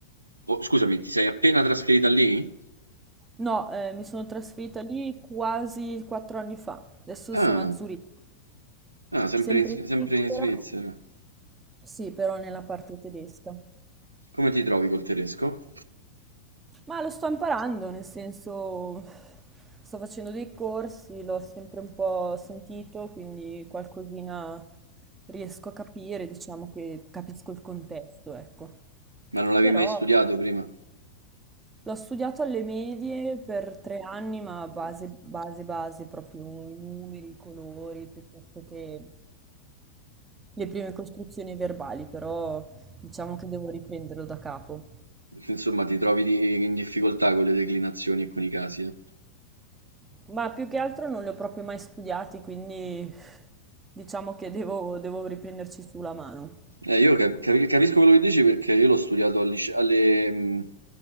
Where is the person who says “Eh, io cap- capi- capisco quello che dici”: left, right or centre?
Right